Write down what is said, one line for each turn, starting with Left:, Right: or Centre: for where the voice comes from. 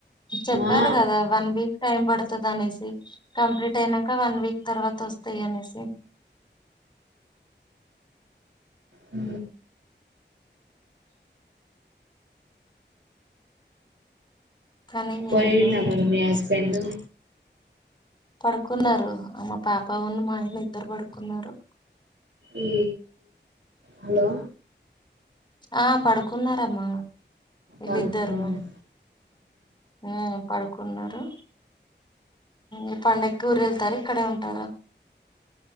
Left: చెప్పారు
Right: ఆ
Left: కదా వన్ వీక్ టైం పడుతది అనేసి కంప్లీట్ అయినాక వన్ వీక్ తర్వాత వసు వత్తాయి అనేసి
Right: ఉ
Left: కానీ
Right: పోయిందా
Left: ఏందో ఏమో
Right: మరి మీ హస్బెండ్
Left: పడుకున్నారు అ మా పాప ఉన్న మా ఆయన ఇద్దరు పడుకున్నారు
Right: ఈ హలో
Left: ఆ పడుకున్నారమ్మా వీళ్ళు
Right: పడుకున్నారా
Left: ఇద్దరు ఉ పడుకున్నారు ఉ పండగ కి ఊరు వెళ్తారు ఇక్కడే ఉంటారా